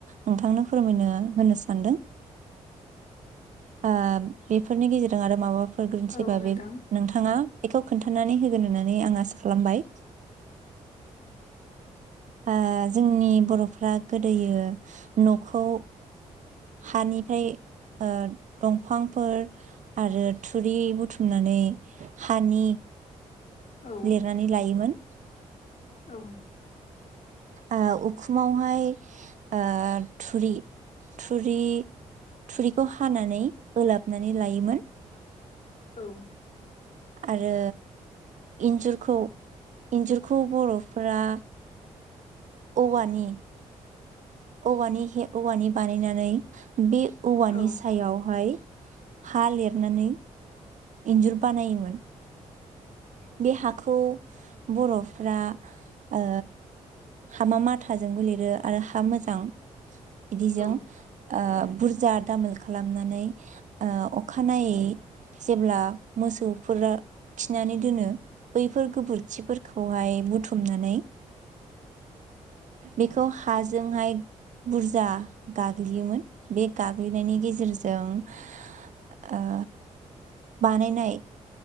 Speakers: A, on the right (about 55°); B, on the left (about 50°).
A: नोंथांनो फोरमायनो होनो सानदों। ओ बेफोरनि गेजेरजों आरो माबाफो र गोरोनथिबा
B: औ नोंथां
A: बे नोंथाङा बेखौ खोन्थानानै होगोन होननानै आं आसा खालामबाय। ओ जोंनि बरफ्रा गोदोयो नखौ हानिफ्राय ओ दंफांफोर आरो थुरि बुथुमनानै हानि
B: औ
A: लिरनानै लायोमोन।
B: औ।
A: ओ उखुमावहाय ओ थुरि थुरि थुरिखौ हानानै होलाबनानै लायोमोन।
B: औ।
A: आरो इन्जुरखौ इन्जुरखौ बरफोरा औवानि औवानि हेब औवानि बानायनानै बे औवानि
B: औ
A: सायावहाय हा लेरनानै इन्जुर बानायोमोन। बे हाखौ बरफ्रा ओ हामा माथाजोंबो लिरो आरो हा मोजां बिदिजों
B: औ
A: ओ बुरजा दामोल खालामनानै ओ अखानायै जेब्ला मोसौफोरा खिनानै दोनो बैफोर गोबोरखिफोरखौहाय बुथुमनानै बेखौ हाजोंहाय बुरजा गाग्लियोमोन। बे गाग्लिनायनि गेजेरजों ओ बानायनाय